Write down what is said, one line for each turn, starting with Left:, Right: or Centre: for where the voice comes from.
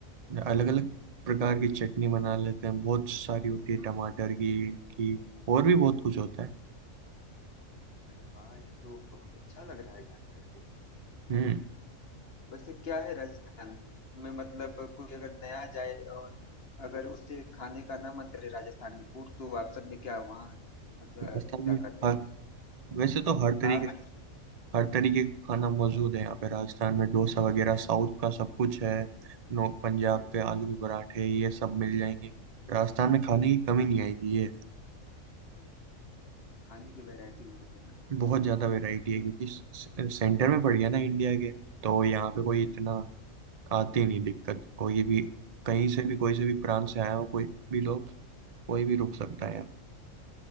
Right: अलग अलग प्रकार की चटनी बना लेते हैं बहुत सारी होती है टमाटर की इनकी और भी बहुत कुछ होता है
Left: अरे वाह ये तो बहुत अच्छा लग रहा है जान करके
Right: हम्म
Left: वैसे क्या है राजस्थान में मतलब कोई अगर नया जाए और अगर उसे खाने का ना मन करे राजस्थानी फूड तो ऑप्शन में क्या है वहाँ मतलब
Right: राजस्थान
Left: क्या
Right: में
Left: कहते
Right: हर
Left: हैं
Right: वैसे तो हर तरीके
Left: नॉर्थ
Right: हर तरीके का खाना
Left: जी
Right: मौजूद है यहाँ पे राजस्थान में डोसा वगैरह साउथ का सब कुछ है नो पंजाब
Left: हम्म हम्म,
Right: के आलू के पराठे ये सब मिल जाएंगे राजस्थान में खाने की कमी नहीं आएगी ये है।
Left: हम्म। खाने की वैरायटी होते हैं ना
Right: बहुत ज़्यादा वैरायटी है क्योंकि से- सेंटर में पड़ गया ना इंडिया के तो यहाँ पे कोई इतना आती नहीं दिक्कत कोई भी कहीं
Left: हम्म,
Right: से भी कोई से भी प्रांत से आया हो कोई भी लोग कोई भी रुक सकता है यहाँ